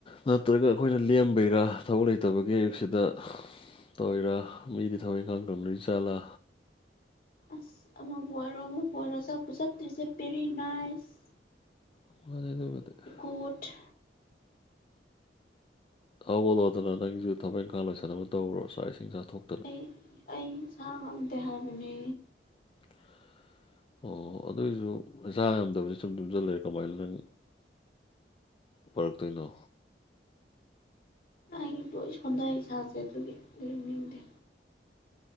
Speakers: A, on the left; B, on the left.
A: ꯅꯠꯇ꯭ꯔꯒ ꯑꯩꯈꯣꯏꯅ ꯂꯦꯝꯕꯩꯔꯥ ꯊꯕꯛ ꯂꯩꯇꯕꯒꯤ ꯑꯌꯨꯛꯁꯤꯗ ꯇꯣꯏꯔ ꯃꯤꯗꯤ ꯊꯕꯛ ꯏꯪꯈꯥꯡ ꯇꯧ ꯅꯩꯖꯠꯂꯥ
B: ꯑꯁ ꯑꯃꯕꯨ ꯑꯣꯏꯔꯣ ꯑꯃꯕꯨ ꯑꯣꯏꯔꯣ ꯆꯞꯄꯨ ꯆꯄꯇꯔꯁꯦ ꯕꯦꯔꯤ ꯅꯥꯏꯁ
A: <unintelligible>
B: ꯎꯠ
A: ꯍꯧꯍꯠꯂꯣꯗꯅ ꯅꯪꯖꯨ ꯊꯕꯛ ꯏꯪꯈꯥꯡ ꯂꯣꯏꯁꯟꯅꯕ ꯇꯧꯔꯨꯔꯣ ꯆꯥꯛ ꯏꯁꯤꯡ ꯆꯥꯊꯣꯛ
B: ꯑꯩ ꯑꯩ ꯏꯁꯥ ꯉꯝꯗꯦ ꯍꯥꯏꯕꯅꯦ
A: <inaudible> ꯑꯣ ꯑꯗꯨ ꯑꯣꯏꯁꯨ ꯅꯁꯥ ꯉꯝꯗꯕꯗꯣ ꯁꯨꯝ ꯇꯨꯝꯖꯜ ꯂꯩꯔ ꯀꯃꯥꯏꯅ ꯅꯪ ꯐꯔꯛꯇꯣꯏꯅꯣ
B: ꯑꯩ ꯂꯣꯏ ꯁꯣꯟꯗꯩ ꯏꯁꯥꯁꯦ ꯑꯗꯨꯒꯤ ꯂꯦꯡꯅꯤꯡꯗꯦ